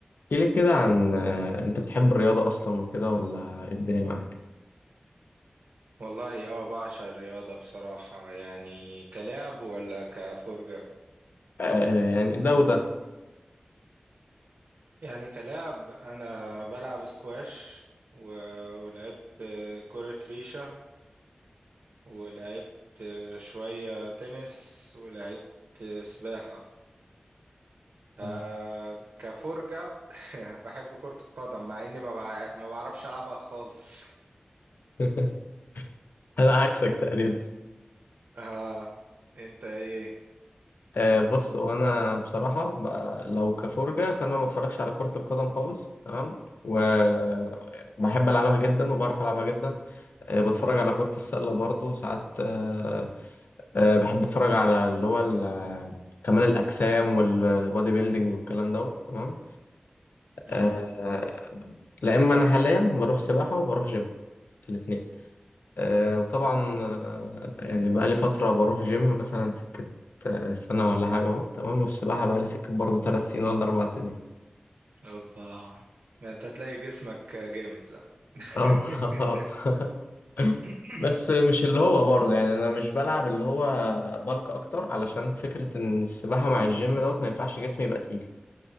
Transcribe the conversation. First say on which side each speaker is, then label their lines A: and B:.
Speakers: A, on the left (about 75°); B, on the right (about 80°).
A: احكي لي كده عن آه، انت بتحب الرياضة اصلا وكده ولا إيه الدنيا معاك
B: والله اه بعشق الرياضة بصراحة يعني كلاعب ولا كفرجة
A: آه، يعني ده وده
B: يعني كلاعب أنا بلعب سكواش و... ولعبت كرة ريشة ولعبت شوية تنس ولعبت سباحة آه
A: مم.
B: كفرجة <laughs> بحب كرة القدم مع إني ما, بع... ما بعرفش ألعبها خالص
A: <laughs> انا عكسك تقريبا
B: <laughs> آه أنت إيه؟
A: آه، بص وانا بصراحة بقى لو كفرجة فانا ما اتفرجش على كرة القدم خالص تمام وبحب
B: مم.
A: العبها جدا وبعرف العبها جدا آه، بتفرج على كرة السلة برضو ساعات آه، آه، بحب اتفرج على اللي هو ال- كمال الاجسام والبودي بيلدينج والكلام دوت تمام
B: مم.
A: آه، لا اما انا حاليا بروح سباحه وبروح جيم الاثنين أه وطبعا آه، يعني بقى لي فتره بروح جيم مثلا سكه آه، سنه ولا حاجه اهو تمام والسباحه بقى لي سكه برضه ثلاث سنين ولا اربع سنين
B: أوبا ده أنت تلاقي جسمك جامد بقى
A: اه <laughs>
B: <laughs>
A: آه.
B: <clears throat>
A: بس مش اللي هو برضه يعني انا مش بلعب اللي هو بلك اكتر علشان فكره ان السباحه مع الجيم دوت ما ينفعش جسمي يبقى تقيل